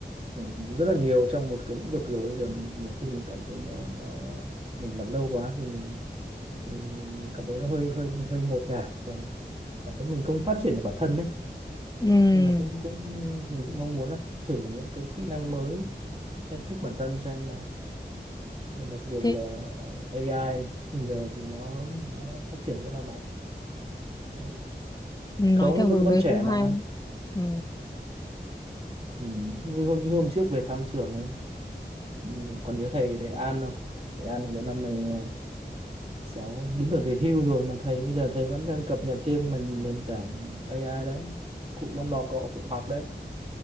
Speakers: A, on the right; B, on the left.
A: ừ, rất là nhiều trong một cái lĩnh vực rồi Bây giờ mình, nhiều khi mình cảm thấy nó nó mình làm lâu quá thì mình, mình cảm thấy nó hơi hơi hơi ngột ngạt và mình cảm thấy mình không phát triển được bản thân đấy
B: ừ
A: nên là cũng cũng mình cũng mong muốn là thử những cái kỹ năng mới thách thức bản thân xem nào Và đặc biệt
B: thế
A: là AI bây giờ thì nó nó phát triển rất là mạnh Ừ.
B: nói
A: không
B: theo
A: bây
B: hướng
A: giờ con
B: đấy
A: trẻ
B: cũng hay
A: mà
B: ừ
A: ừ. như hôm như hôm trước về thăm trường ấy ừ. còn nhớ thầy thầy An không thầy An thì đến năm nay à, sáu đến tuổi về hưu rồi mà thầy bây giờ thầy vẫn đang cập nhật thêm mình nền tảng AI đấy cụ vẫn lo cọ cụ học đấy